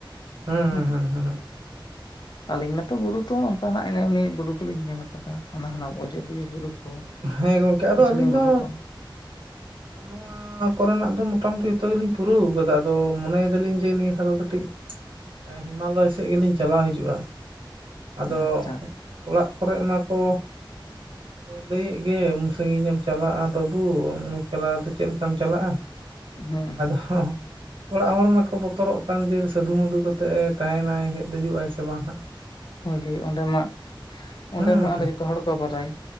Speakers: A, on the right; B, on the left.
A: ᱦᱮᱸ
B: ᱦᱩᱸ᱾
A: ᱦᱮᱸ ᱦᱮᱸ ᱦᱮᱸ
B: ᱟᱹᱞᱤᱧ ᱢᱟᱛᱚ ᱵᱩᱨᱩ ᱛᱚ, ᱚᱱᱠᱟᱱᱟᱜ ᱮᱱᱮ ᱵᱩᱨᱩ ᱠᱚᱞᱤᱧ ᱧᱮᱞ ᱟᱠᱟᱫᱟ᱾ ᱦᱟᱱᱟ ᱦᱟᱱᱟᱝ ᱚᱡᱽᱫᱤᱭᱟᱹ ᱵᱩᱨᱩ ᱠᱚ᱾
A: ᱦᱮᱸ ᱜᱚᱢᱠᱮ ᱟᱫᱚ
B: ᱥᱩᱥᱩᱱᱤᱭᱟᱹ
A: ᱟᱹᱞᱤᱧ ᱫᱚ
B: ᱵᱩᱨᱩ ᱠᱚ <inaudible>
A: ᱱᱚᱣᱟ ᱠᱚᱨᱮᱱᱟᱜ ᱫᱚ ᱢᱚᱴᱟᱢᱩᱴᱤ ᱱᱚᱣᱟ ᱡᱚᱛᱚ ᱜᱮᱞᱤᱧ ᱯᱩᱨᱟᱹᱣ ᱠᱟᱫᱟ᱾ ᱟᱫᱚ ᱢᱚᱱᱮᱭ ᱫᱟᱞᱤᱧ ᱡᱮ ᱱᱤᱭᱟᱹ ᱫᱷᱟᱣ ᱫᱚ ᱠᱟᱹᱴᱤᱡ
B: <inaudible>
A: ᱮᱸ ᱦᱤᱢᱟᱞᱚᱭ ᱥᱮᱜ ᱜᱮᱞᱤᱧ ᱪᱟᱞᱟᱣ ᱦᱤᱡᱩᱜᱼᱟ᱾ ᱟᱫᱚ
B: ᱟᱪᱪᱷᱟ
A: ᱚᱲᱟᱜ ᱠᱚᱨᱮ ᱚᱱᱟᱠᱚ, ᱞᱟᱹᱭᱮᱫ ᱜᱮ ᱩᱱ ᱥᱟᱺᱜᱤᱧ ᱮᱢ ᱪᱟᱞᱟᱜᱼᱟ ᱵᱟᱹᱵᱩ ᱚᱱᱠᱟ ᱪᱟᱞᱟᱣ ᱫᱚ ᱪᱮᱫ ᱞᱮᱠᱟᱢ ᱪᱟᱞᱟᱜᱼᱟ,
B: ᱦᱮᱸ ᱦᱮᱸ
A: ᱟᱫᱚ ᱦᱚᱸ ᱚᱲᱟᱜ ᱦᱚᱲ ᱢᱟᱠᱚ ᱵᱚᱛᱚᱨᱚᱜ ᱠᱟᱱ ᱡᱮ ᱥᱟᱹᱫᱷᱩ ᱢᱚᱫᱷᱩ ᱠᱟᱛᱮ ᱛᱟᱦᱮᱱᱟᱭ ᱦᱮᱡ ᱫᱮᱡᱩᱜᱼᱟᱭ ᱥᱮ ᱵᱟᱝ ᱦᱟᱜ,
B: ᱦᱳᱭ ᱦᱳᱭ ᱚᱸᱰᱮ ᱢᱟ ᱚᱸᱰᱮ
A: ᱦᱩᱸ
B: ᱢᱟ ᱟᱨᱚ ᱡᱚᱛᱚ ᱦᱚᱲ ᱠᱚ ᱵᱟᱰᱟᱭ